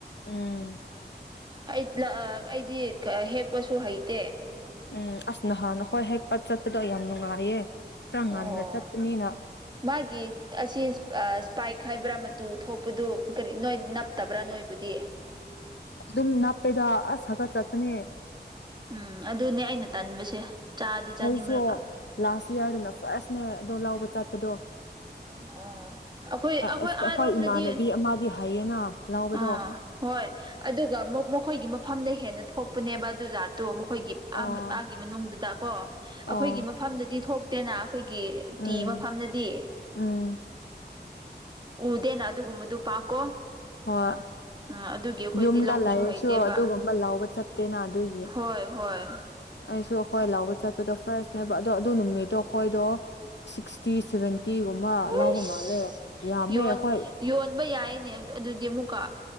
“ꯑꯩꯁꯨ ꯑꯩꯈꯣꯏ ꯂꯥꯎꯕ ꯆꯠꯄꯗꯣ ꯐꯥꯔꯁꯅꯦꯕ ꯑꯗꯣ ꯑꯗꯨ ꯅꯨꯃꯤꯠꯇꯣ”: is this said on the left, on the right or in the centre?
Left